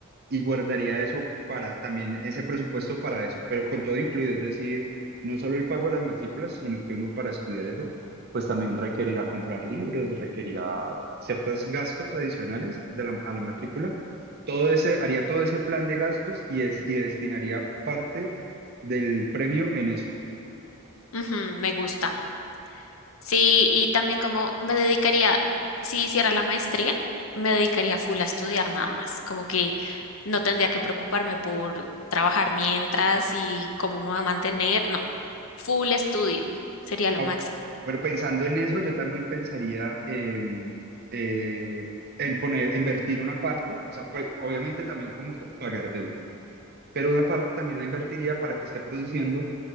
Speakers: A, on the right; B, on the left.
A: y guardaría eso para también ese presupuesto para eso, pero con todo incluido, es decir, no solo el pago de las matrículas, sino que uno para estudiar eso, pues también requerirá comprar libros, requerirá ciertos gastos adicionales de la, a la matrícula. Todo ese, haría todo ese plan de gastos y, es, y destinaría parte del premio en eso.
B: Ujú, me gusta. Sí, y también como me dedicaría, si hiciera la maestría, me dedicaría full a estudiar nada más. Como que no tendría que preocuparme por trabajar mientras y cómo me voy a mantener. No, full estudio sería lo
A: Au-
B: máximo.
A: Bueno, pensando en eso, yo también pensaría em, eh, en poner, invertir una parte, o sea, pues, obviamente también como tú, pagar deudas. pero una parte también la invertiría para que esté produciendo,